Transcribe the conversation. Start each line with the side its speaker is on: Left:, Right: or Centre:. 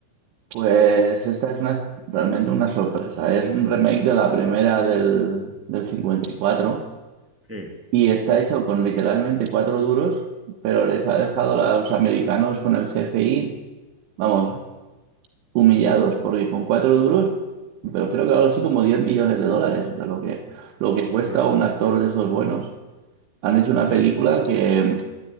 Right: Pues esta es una, realmente una sorpresa, es un remake de la primera del, del cincuenta y cuatro
Centre: Sí.
Right: y está hecho con literalmente cuatro duros, pero les ha dejado a los americanos con el CGI. Vamos, humillados, porque con cuatro duros, pero creo que algo así como 10 millones de dólares, o sea, lo que, lo que cuesta
Centre: Mm,
Right: un actor de esos buenos. Han hecho una
Centre: sí.
Right: película que,